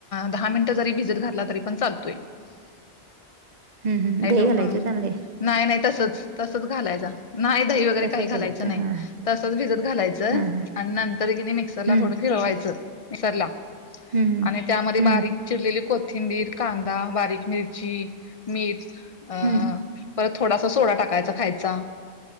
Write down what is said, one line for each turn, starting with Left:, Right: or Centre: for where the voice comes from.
Left: दहा मिनिटं जरी भिजत घातला तरी पण चालतोय. <inaudible>
Right: हम् हम,
Left: हॅलो
Right: दही घालायचं
Left: हा
Right: त्या मध्ये.
Left: नाही- नाही तसच, तसच घालायचं नाही दही वगैरे
Right: तसंच
Left: काही घालायचं नाही.
Right: हां, हां,
Left: तसच भिजत घालायचं.
Right: हां, हां.
Left: आणि नंतर किने मिक्सरला
Right: हं,
Left: थोडं फिरवायचं, मिक्सरला
Right: हं, हं.
Left: आणि त्यामध्ये
Right: हं,
Left: बारीक चिरलेली कोथिंबीर, कांदा, बारीक मिरची, मीठ अं
Right: हं,
Left: परत थोडासा सोडा टाकायचा खायचा.